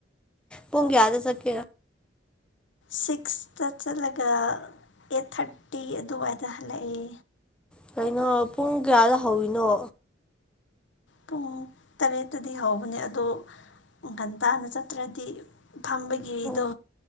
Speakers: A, in the centre; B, on the left.
A: ꯄꯨꯡꯒꯌꯥꯗ ꯁꯀꯦ
B: ꯁꯤꯛꯁꯇ ꯆꯠꯂꯒ ꯑꯦꯠ ꯊꯥꯔꯇꯤ ꯑꯗꯨꯋꯥꯏꯗ ꯍꯜꯂꯛꯑꯦ
A: ꯀꯩꯅꯣ ꯄꯨꯡ ꯀꯌꯥꯗ ꯍꯧꯋꯅꯣ
B: ꯄꯨꯡ ꯇꯔꯦꯠꯇꯗꯤ ꯍꯧꯕꯅꯦ ꯑꯗꯣ ꯟꯇꯥꯅ ꯆꯠꯇ꯭ꯔꯗꯤ ꯐꯝꯕꯒꯤꯔꯤꯗꯣ
A: ꯑꯣ